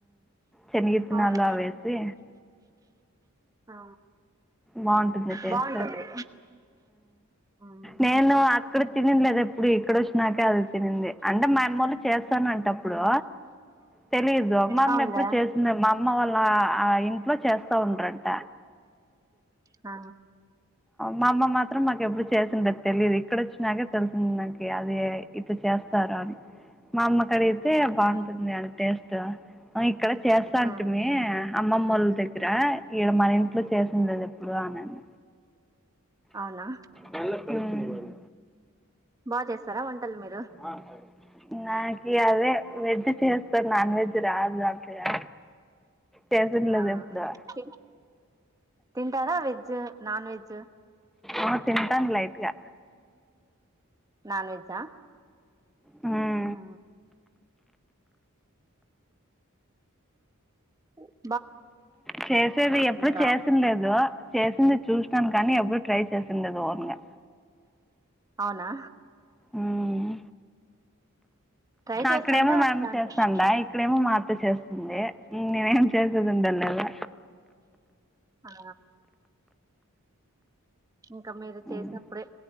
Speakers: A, in the centre; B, on the right.
A: చెనిగిత్తినాలు
B: అవును
A: అవి వేసి.
B: ఆ
A: బాగుంటుంది టేస్ట్
B: బాగుంటుంది
A: ఉం
B: ఉమ్.
A: నేను. అక్కడ తినింది లేదు ఎప్పుడు ఇక్కడ వచ్చినాకే అది తినింది అంటే మా అమ్మెళ్ళు చేస్తానంటప్పుడు. తెలీదు అమమ్మ
B: అవునులే
A: ఎప్పుడు చేస్తుంది మా అమ్మ వాళ్ళ ఆ ఇంట్లో చేస్తా ఉండ్రంట.
B: ఆ
A: మా ఆమ్మ మాత్రం మాకు ఎప్పుడు చేసిండేది తెలీదు ఇక్కడ వచ్చినాకే తెలిసింది నాకి అది. ఇట్ల చేస్తారు అని మా అమ్మకడిగితే బాగుంటుంది
B: ఆ
A: అని టేస్ట్. ఆ ఇక్కడ చేస్తాఉంటి
B: ఉమ్
A: మీ. అమ్మమొల దగ్గర ఈడ మన ఇంట్లో చేసిందిద ఎప్పుడు అనిన్న.
B: అవునా
A: మెల్లగ్ కల్పుకోవాలి.
B: బాగ్ చేస్తారా వంటలు మీరు.
A: ఆసర్ నాకీ అదే వెజ్ చేస్తాను నాన్ వెజ్ రాదు అంతగా. చేసింది లేదు
B: ఆ
A: ఎప్పుడు.
B: తి- తింటారా వెజ్ నాన్ వెజ్.
A: ఆ తింటాన్‌ లైట్గా
B: నాన్వెెజ్జా
A: హ్మ్
B: ఆ <unintelligible>
A: చేసేది ఎప్పుడు
B: రావు
A: చేసిండ్న లేదు చేసింది చూసినాను కానీ ఎప్పుడు ట్రై. చేసిండను ఓన్గా.
B: అవునా
A: మ్మ్
B: ట్రై చేస్తాంటే
A: అక్కడేమో మా
B: వస్తాంటాయి
A: అమ్మ చేస్తాండా ఇక్కడేమో మా అత్త చేస్తుంది నేనే ఏమి చేసేది ఉండ లేదు.
B: ఆ ఇంకా మీరు
A: కదా
B: చేసినప్పుడే